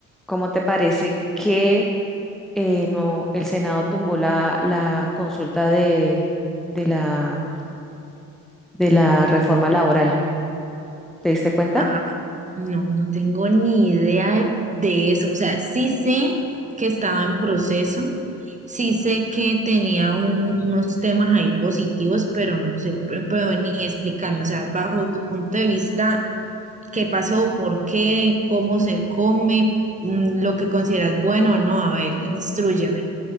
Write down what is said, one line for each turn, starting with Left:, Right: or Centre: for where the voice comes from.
Centre: ¿Cómo te parece que eh, no, el Senado tumbó la, la consulta de, de la, de la reforma laboral? ¿Te diste cuenta?
Right: Ah, no, no tengo ni idea de, de eso. O sea, sí sé que estaba en proceso, sí sé que tenía un- unos temas ahí positivos, pero no sé, pe- pero ni explicarme. O sea, bajo tu punto de vista, ¿qué pasó? ¿Por qué? ¿Cómo se come? Mm, ¿Lo que consideras bueno o no? A ver, instrúyeme.